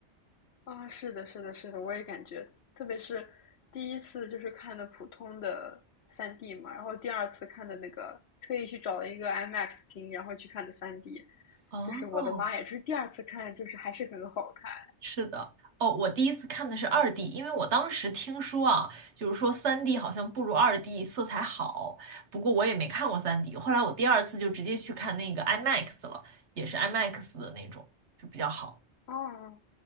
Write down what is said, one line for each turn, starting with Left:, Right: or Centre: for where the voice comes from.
Left: 啊，是的，是的，是的，我也感觉，特别是第一次就是看的普通的三 d 嘛，然后第二次看的那个，特意去找了一个 IMAX 厅，然后去看的三 d
Right: 哦，
Left: 就是我的妈呀，就是第二次看就是还是很好看
Right: 是的，哦，我第一次看的是二 D，因为我当时听说啊，就是说三 D 好像不如二 D 色彩好，不过我也没看过三 D，后来我第二次就直接去看那个 IMAX 了，也是 IMAX 的那种，就比较好。
Left: 哦。